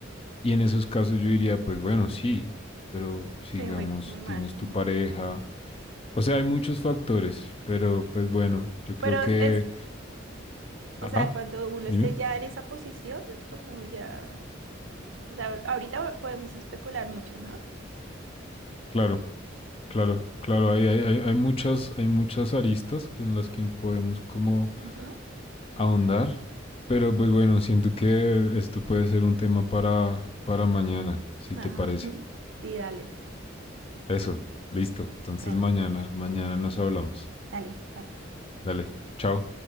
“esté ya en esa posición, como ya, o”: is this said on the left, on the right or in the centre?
Right